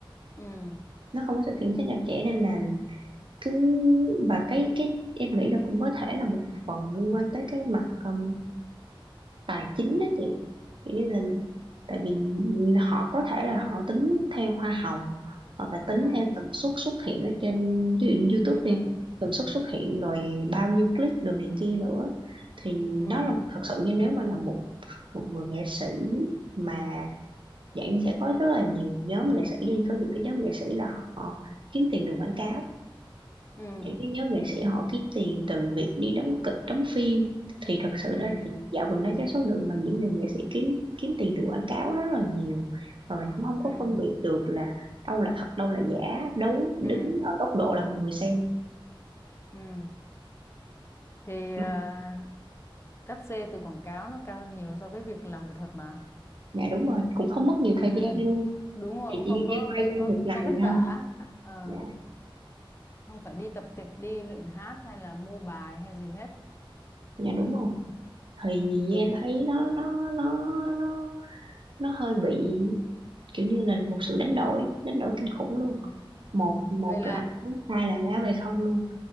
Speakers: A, on the left; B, on the right.
A: ừ
B: nó không có sự kiểm soát chặt chẽ nên là cứ và cái cái em nghĩ là cũng có thể là một phần liên quan tới cái mặt um, tài chính đó chị kiểu như
A: ừ
B: là tại vì họ có thể là họ tính theo hoa hồng hoặc là tính
A: ừ
B: theo tần suất xuất hiện ở trên ví dụ như YouTube
A: ừ
B: đi tần suất xuất hiện rồi bao nhiêu click đồ này kia nữa thì
A: ừ
B: nó là thật sự như nếu mà là một một người nghệ sĩ mà dạng sẽ có rất là nhiều nhóm nghệ sĩ nhưng có những cái nhóm nghệ sĩ là họ kiếm tiền từ quảng cáo
A: ừ
B: những cái nhóm nghệ sĩ họ kiếm tiền từ việc đi đóng kịch đóng phim thì thật sự
A: ừ
B: ra thì dạo gần đây cái số lượng mà những người nghệ sĩ kiếm kiếm tiền từ quảng cáo rất là nhiều và mình cũng không
A: ừ
B: có
A: ừ
B: phân biệt được là đâu là thật đâu là giả đấu đứng
A: ừ
B: ở góc độ là một người xem
A: ừ. thì
B: mà
A: ờ, cắt xê từ quảng cáo nó cao hơn nhiều so với việc làm nghệ thuật mà
B: dạ đúng rồi cũng không mất nhiều
A: <laughs>
B: thời gian luôn
A: đúng rồi
B: thì
A: cũng
B: chỉ
A: không có
B: đi quay
A: có
B: một ngày
A: có vất vả
B: thôi
A: Ờ,
B: dạ
A: không phải đi tập kịch đi luyện hát hay là mua bài hay gì hết
B: dạ đúng rồi thì
A: ừ.
B: em thấy nó nó nó nó nó hơi bị kiểu như là một sự đánh đổi đánh đổi kinh khủng luôn
A: Ừ.
B: một một
A: vậy là
B: là ăn không hai là ngã về không luôn